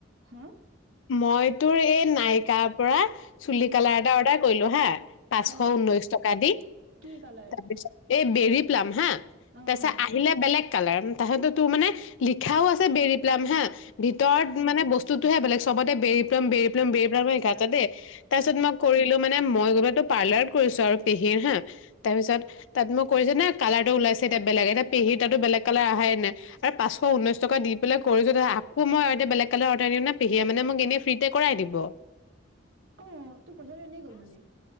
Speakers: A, on the right (about 70°); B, on the left (about 75°).
A: হা
B: মই তোৰ এই নাইকাৰ পৰা চুলি
A: উম
B: কালাৰ এটা অৰ্ডাৰ কৰিলো হা পাঁচশ
A: অ
B: ঊনৈশ টকা দি
A: কি কালাৰ
B: তাৰপিছত এই বেৰি প্লাম হা
A: অ
B: তাৰপিছত
A: অ
B: আহিলে বেলেগ কালাৰ তাৰিছতো তোৰ মানে লিখাও আছে বেৰ পলাম হা ভিতৰত মানে বস্তুটোহে বেলেগ চবতে বেৰি প্লাম বেৰি প্লাম বেৰি প্লামে লিখাআছে দেই তাৰপিছত মই কৰিলো মানে মই গ'লেতো পাৰ্লাৰত কৰিছো আৰু পেহীৰ হা তাৰ পিছত তাত মই কৈছ না কালাৰটো ওলাইছে এতিয়া বেলেগ এতিয়া পেহীৰ তাতো বেলেগ কালাৰ অহাই নাই আৰু পাঁচশ ঊনৈশ টকা দি বোলে কৰিছোঁ তাছতে আকৌ মই এটা বেলেগ কালাৰ অৰ্ডাৰ দিওঁ নহয় পেহীয়ে মানে মোক এনেই ফ্ৰিতে কৰাই‌ দিব
A: অ তোৰ পইচাটো এনেই গ'ল মানে